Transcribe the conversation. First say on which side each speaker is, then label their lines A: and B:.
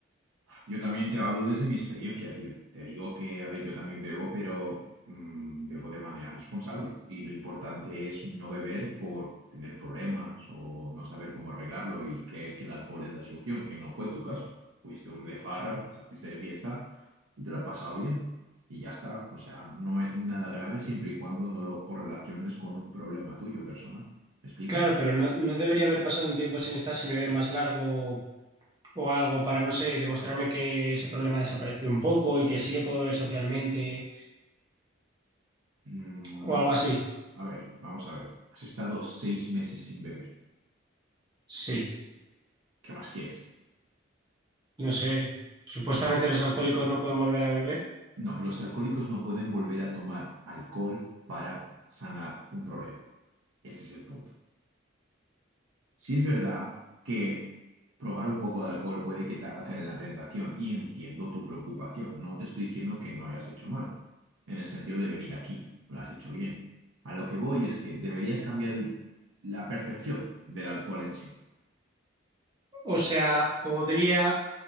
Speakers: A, on the right; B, on the right.
A: Yo también te hablo desde mi experiencia, tío. Te digo que, a ver, yo también bebo, pero mm, bebo de manera responsable. Y lo importante es no beber por tener problemas o no saber cómo arreglarlo y creer que el alcohol es la solución, que no fue tu caso. Fuiste un de farra, o sea, fuiste de fiesta y te lo has pasado bien. Y ya está. O sea, no es nada grave siempre y cuando no lo correlaciones con un problema tuyo personal. ¿Me explico?
B: Claro, pero no, no debería haber pasado un tiempo sin estar sin beber más largo o algo para, no sé, demostrarme que ese problema desapareció un poco y que sí que puedo beber socialmente
A: Mm,
B: o
A: vamos
B: algo así.
A: a ver, vamos a ver. Has estado seis meses sin beber.
B: Sí,
A: ¿Qué más quieres?
B: no sé. Supuestamente los alcohólicos no pueden volver a beber.
A: No, los alcohólicos no pueden volver a tomar alcohol para sanar un problema. Ese es el punto. Sí es verdad que probar un poco de alcohol puede que te haga caer en la tentación y entiendo tu preocupación. No te estoy diciendo que no hayas hecho mal, en el sentido de venir aquí, lo has hecho bien. A lo que voy es que deberías cambiar el- la percepción del alcohol en sí.
B: O sea, podría